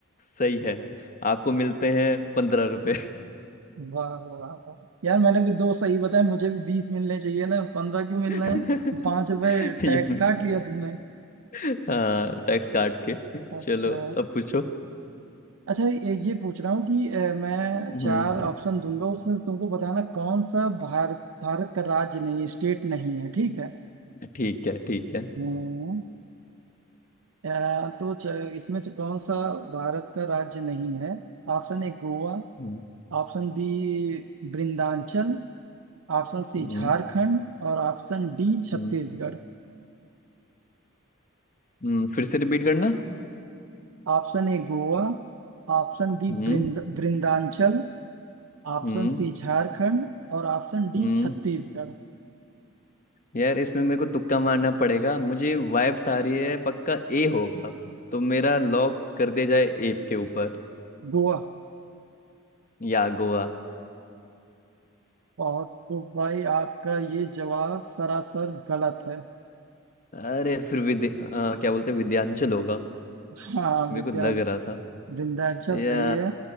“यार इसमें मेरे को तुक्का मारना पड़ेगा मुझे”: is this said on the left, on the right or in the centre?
Left